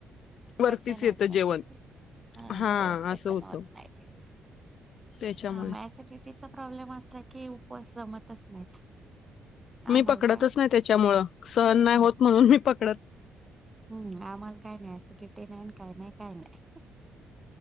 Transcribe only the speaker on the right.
पचन होत
नसल
ते हा
बरोबर पचन
होत नाही ते
हा मग ॲसिडिटीचा प्रॉब्लेम असला की उपवास जमतच नाहीत
आम्हाला
काय
हम्म
हम्म आम्हाला काही नाही ऍसिडिटी नाही काही नाही काही नाही